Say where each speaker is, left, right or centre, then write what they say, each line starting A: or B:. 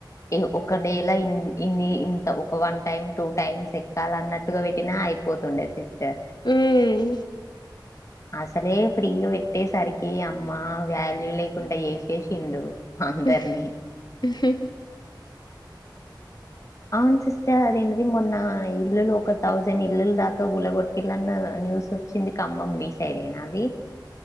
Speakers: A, on the left; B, on the left.
A: ఈ ఒక డేలా ఇం ఉమ్ ఇన్ని ఇంత ఒక వన్ టైమ్ టూ టైమ్స్ ఎక్కాల అన్నట్టుగా వెట్టినా అయిపోతుండే సిస్టర్
B: ఊమ్
A: అసలే ఫ్రీగా వెట్టేసరికి అమ్మ వాల్యూ లేకుండా చేసేసిండు అందరినీ
B: ఉహ్ ఊహ్హ్
A: అవును సిస్టర్ అదేంటిది మొన్న ఇల్లులు ఒక థౌజండ్ ఇల్లులు దాకా గులగొట్టిల్లన్నర్ న్యూస్ ఒచ్చింది ఖమ్మం మీ సైడ్ ఏనా అది